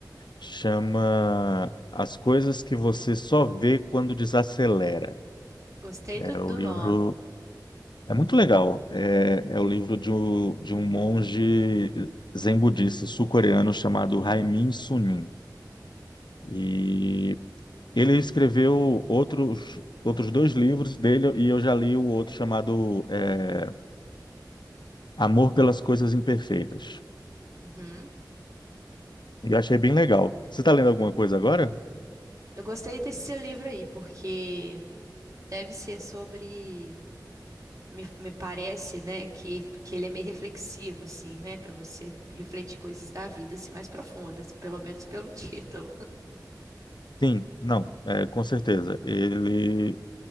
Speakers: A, on the left; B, on the right.
A: Chama As Coisas que Você Só Vê Quando Desacelera.
B: Gostei
A: É
B: do,
A: o
B: do
A: livro
B: nome.
A: É muito legal. É, é o livro de um, de um monge zen budista sul-coreano chamado Haimin Sunim. E ele escreveu outros, outros dois livros dele, e eu já li o outro chamado é, Amor pelas Coisas Imperfeitas.
B: Uhum.
A: E eu achei bem legal. Você está lendo alguma coisa agora?
B: Eu gostei desse seu livro aí, porque deve ser sobre. Me, me parece, né, que, que ele é meio reflexivo, assim, né, para você refletir coisas da vida assim, mais profundas, pelo menos pelo <laughs> título.
A: Sim, não, é, com certeza. Ele